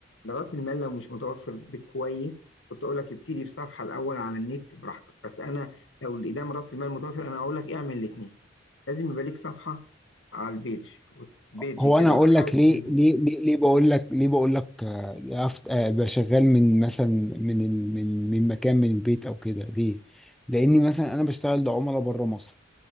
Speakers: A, on the left (about 70°); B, in the centre.
A: راس المال لو مش متوفر بكويس كنت اقول لك ابتدي بصفحه الاول على النت براحتك بس انا لو الادام راس المال متوفر انا هقول لك اعمل الاثنين لازم يبقى ليك صفحه على البيج وت- بيجي
B: هو
A: كده
B: انا اقول
A: وتحاول
B: لك
A: تنمي
B: ليه ليه ليه ليه بقول لك ليه بقول لك آه، يا أفت- آه، ابقى شغال من مثلا من ال من من مكان من البيت او كده ليه لاني مثلا انا بشتغل لعملاء بره مصر